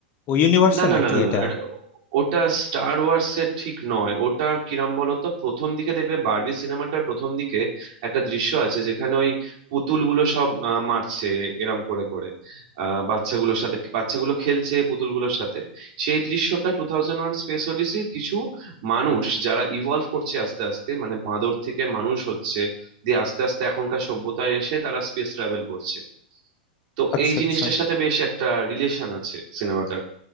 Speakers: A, on the left; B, on the right.
A: ওই ইউনিভার্সের
B: না না
A: নাকি
B: না না
A: এটা
B: না এটা ওটা স্টার ওয়ার্স এর ঠিক নয় ওটা কিরম বলতো প্রথম দিকে দেখবে বারবি সিনেমাটার প্রথম দিকে একটা দৃশ্য আছে যেখানে ওই পুতুলগুলো সব আহ, মারছে এরম করে করে আহ, বাচ্চাগুলোর সাথে বাচ্চাগুলো খেলছে পুতুলগুলোর সাথে সেই দৃশ্যটা টু থাউজেন্ড ওয়ান স্পেস ওডিসির কিছু মানুষ যারা ইভলভ করছে আস্তে আস্তে মানে বাঁদর থেকে মানুষ হচ্ছে দিয়ে আস্তে আস্তে এখনকার সভ্যতায় এসে তারা স্পেস ট্রাভেল করছে তো
A: আচ্ছা
B: এই জিনিসটার
A: আচ্ছা
B: সাথে বেশ একটা রিলেশন আছে সিনেমাটার